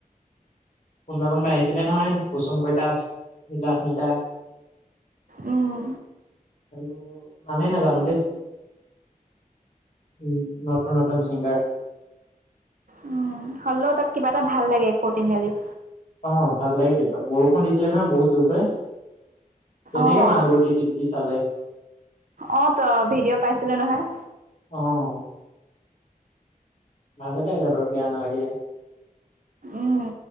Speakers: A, on the left (about 55°); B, on the right (about 65°).
A: কোনোবা কোনোবা আহিছিলে নহয় কুচুম কৈলাচ, নীলাভনীটা।
B: উম,
A: আৰু নামেই নাজানো দেই। উম নতুন নতুন ছিংগাৰ।
B: উম, হ'লেও তাত কিবা এটা ভাল লাগে কৰ্ট তিনিআলিত।
A: অ ভাল লাগে কিন্তু বৰষুণ দিছিলে নহয় বহুত জোৰকৈ। কেনেকে
B: অঁ
A: মানুহবোৰ তিতি তিতি চালে।
B: অ তই ভিডিঅ' পাইছিলো নহয়।
A: অ' ভালে লাগিলে বাৰু বেয়া নালাগিলে।
B: উম।